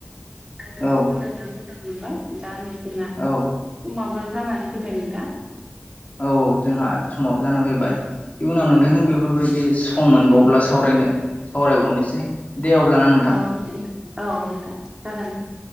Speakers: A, on the right; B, on the left.
A: आयदाखौ
B: औ
A: सावरायना मोजां मोनबाय दा नै जोंना
B: औ।
A: समाबो जानानै फैबाय नोंथां।
B: औ औ जोंहा समाव जाना फैबाय इयुनाव
A: औ
B: नोंथांजों बेफोर बायदि सम मोनबावब्ला सावरायनो सावरायबावनोसै। दे अब्ला ना नों
A: औ <unintelligible> औ नोंथां जागोन दे।